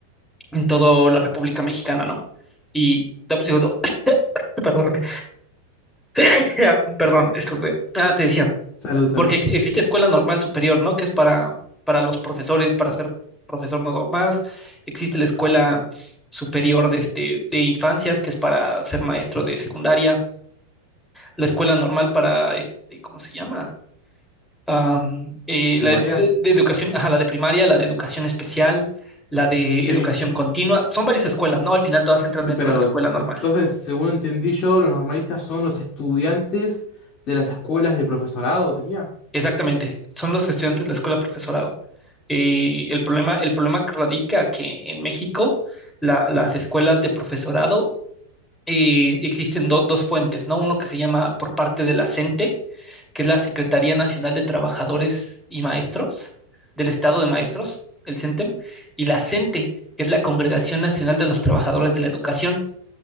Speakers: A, in the centre; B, on the left.
A: en toda la República Mexicana, ¿no? Y dame un segundo, <coughs> <clears throat> perdóname, <clears throat> perdón, estornudé. Ah, te decía,
B: Salud, salud.
A: porque ex- existe escuela normal superior, ¿no? Que es para, para los profesores, para ser profesor no más, existe la escuela superior de, este, de infancias, que es para ser maestro de secundaria, la escuela normal para, este, ¿cómo se llama? Am, eh,
B: ¿Primaria?
A: la de, de educación, ajá, la de primaria, la de educación especial, la de
B: Sí.
A: educación continua, son varias escuelas, ¿no? Al final todas entran dentro
B: Pero
A: de la escuela normal.
B: to- entonces, según entendí yo, los normalistas son los estudiantes de las escuelas de profesorado, ¿sería?
A: Exactamente, son los estudiantes de la escuela profesorado. Eh, el problema, el problema que radica que en México la- las escuelas de profesorado eh, existen do- dos fuentes, ¿no? Uno que se llama por parte de la CENTE, que es la Secretaría Nacional de Trabajadores y Maestros del Estado de Maestros, el CENTEM, y la CENTE, que es la Congregación Nacional de los Trabajadores de la Educación.